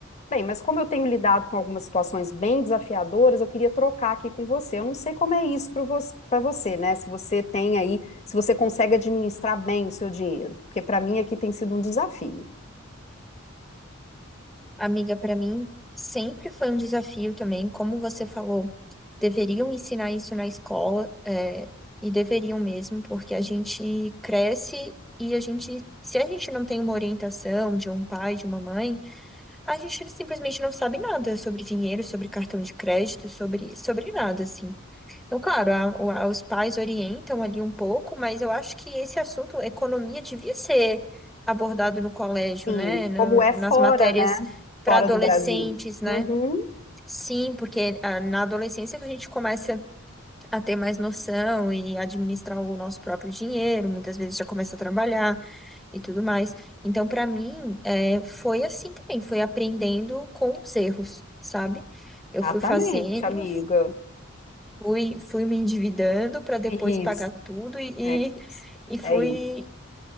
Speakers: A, on the left; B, in the centre.
A: Bem, mas como eu tenho lidado com algumas situações bem desafiadoras, eu queria trocar aqui com você. Eu não sei como é isso para você, pra você, né? Se você tem aí, se você consegue administrar bem o seu dinheiro, porque para mim aqui tem sido um desafio.
B: Amiga, pra mim sempre foi um desafio também, como você falou, deveriam ensinar isso na escola, é, e deveriam mesmo, porque a gente cresce e a gente, se a gente não tem uma orientação de um pai, de uma mãe, a gente simplesmente não sabe nada sobre dinheiro, sobre cartão de crédito, sobre, sobre nada, assim. Então, claro, a- o- a- os pais orientam ali um pouco, mas eu acho que esse assunto, economia, devia ser abordado no colégio,
A: Sim,
B: né? Na-
A: como é fora,
B: nas matérias
A: né?
B: para
A: Fora
B: adolescentes,
A: do Brasil.
B: né?
A: Uhum,
B: Sim, porque ah, na adolescência que a gente começa a ter mais noção e administrar o nosso próprio dinheiro, muitas vezes já começa a trabalhar e tudo mais. Então, para mim, é, foi assim também, foi aprendendo com os erros, sabe? Eu
A: exatamente,
B: fui fazendo,
A: amiga.
B: Fui, fui me endividando para depois
A: Isso,
B: pagar tudo e,
A: é
B: e,
A: isso.
B: e fui
A: É